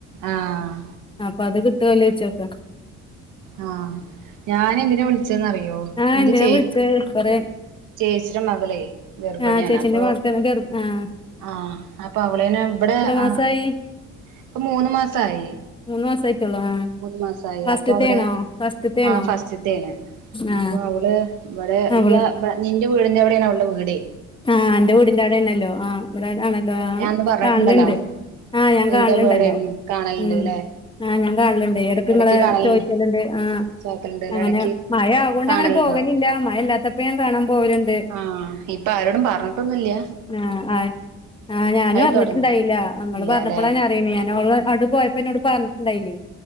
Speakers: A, on the right; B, on the left.
A: ആഹ്
B: അപ്പൊ അത് കിട്ടുവല്ലോ ചോയിച് നോക്ക്
A: ആഹ് ഞാന് എന്തിന വിളിചെന്നറിയോ
B: ആ
A: എന്റെ
B: എന്തിനാ
A: ചേ
B: വിളിച്ചത് കൊറെ
A: ചേച്ചിടെ മകളെ ഗർഭിണിയാണ്
B: ആഹ് ചേച്ചിന്റെ
A: അപ്പൊ
B: മക്കള് തന്നെ ഗർ ആഹ്
A: ആഹ് അപ്പൊ അവളനെ ഇവിടെ
B: മാസായി
A: ആഹ് ഇപ്പ മൂന്ന് മാസായി
B: മൂന്ന് മാസായിട്ടുള്ളൂ ആ
A: മൂന്ന് മാസായി
B: ഫസ്റ്റ്ത്തെയാണോ
A: അപ്പ ഇവിടെ
B: ഫസ്റ്റ്ത്തെയാണോ
A: ആഹ് ഫസ്റ്റത്തെ ആണ്
B: ആ
A: അപ്പോ അവള് ഇവിടെ
B: അവള്
A: ഇ യാ നിന്റെ വീടിന്റെ അവിടെയാണ് അവള്ടെ വീട്
B: ആഹ് എന്റെ വീടിന്റെ അവിടെണല്ലോ ആഹ് ഇവിടെ ആണല്ലോ ആഹ്
A: ഞാനന്ന് പറഞ്ഞിട്ടുണ്ടല്ലോ
B: കാണലുണ്ട് ആഹ് ഞാൻ
A: നിന്റെ
B: കാണലുണ്ടല്ലോ
A: വീടെന്ന് കാണലുണ്ട്ല്ലേ
B: ഉമ് ആഹ് ഞാൻ കാണലുണ്ട് ഇടക്ക് നിങ്ങള്
A: എടക്ക് കാണലുണ്ട്
B: ചോയ് ലുണ്ട് ആഹ്
A: ചാക്കലുണ്ട്
B: അങ്ങനെ
A: ഇടക്ക്
B: മഴ ആവൊണ്ട്
A: കാണലുണ്ടാവും
B: അങ്ങനെ പോകലില്ല മഴയില്ലാത്തപ എപ്പഴും കാണാൻ പോകലുണ്ട്
A: ആഹ് ഇപ്പ ആരോടും പറഞ്ഞിട്ടൊന്നുല്ല്യ
B: ആഹ് ആഹ് ആഹ് ഞാനും അറിഞ്ഞിട്ടുണ്ടായില്ല
A: തുടങ്ങിയിട്ടില്ല
B: ഇങ്ങള്
A: ഇല്ലല്ലെ
B: പറഞ്ഞപ്പോള ആ ഞാന് <unintelligible> പോയപ്പോ എന്നോട് പറഞ്ഞിട്ടണ്ടായിന്